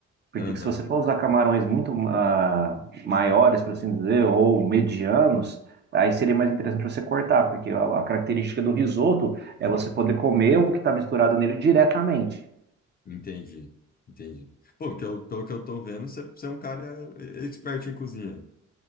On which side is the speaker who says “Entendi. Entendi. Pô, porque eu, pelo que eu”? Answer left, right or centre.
Left